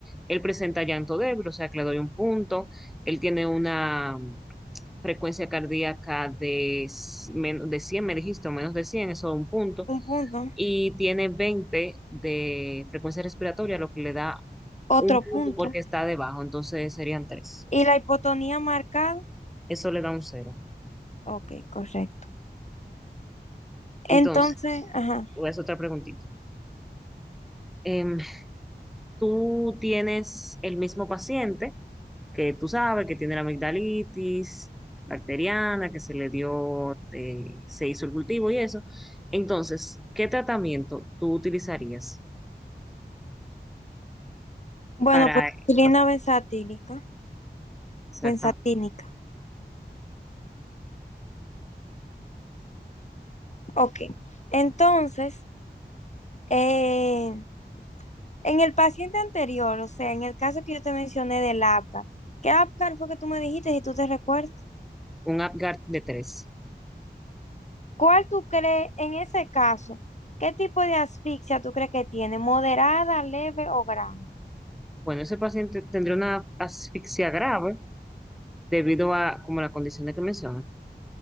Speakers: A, in the centre; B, on the left.
A: Él presenta llanto débil, o sea, que le doy un punto. Él tiene una frecuencia cardíaca de, s- men- de 100 me dijiste, o menos de cien eso es un punto,
B: Un punto,
A: y tiene 20 de frecuencia respiratoria, lo que le da
B: otro
A: un punto
B: punto.
A: porque está debajo, entonces serían tres
B: Y la hipotonía marcada.
A: Eso le da un cero
B: Ok, correcto.
A: Entonces,
B: Entonces, ajá.
A: voy a hacer otra preguntita. Em, tú tienes el mismo paciente que tú sabes que tiene la amigdalitis bacteriana, que se le dio, eh, se hizo el cultivo y eso. Entonces, ¿qué tratamiento tú utilizarías?
B: Bueno,
A: para
B: pues
A: el
B: insulina benzatílica,
A: Exactamente.
B: benzatínica. Ok. Entonces, eh, en el paciente anterior, o sea, en el caso que yo te mencioné del Apgar, ¿qué Apgar fue que tú me dijiste, si tú te recuerdas?
A: Un Apgar de tres
B: ¿Cuál tú crees, en ese caso, qué tipo de asfixia tú crees que tiene? ¿Moderada, leve o grave?
A: Bueno, ese paciente tendría una asfixia grave debido a como la condición de que mencionas.